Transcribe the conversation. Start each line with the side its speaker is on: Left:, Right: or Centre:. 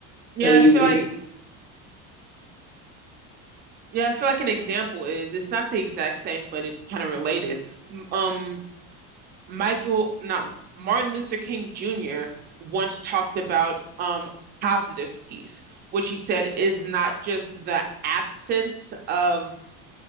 Left: So
Right: Yeah, and
Left: you,
Right: I feel
Left: if
Right: like
Left: you,
Right: yeah, I feel like an example is it's not the exact same, but it's kind of related. M- Um, Michael, not Martin Luther King Jr. once talked about um positive peace, which he said is not just the absence of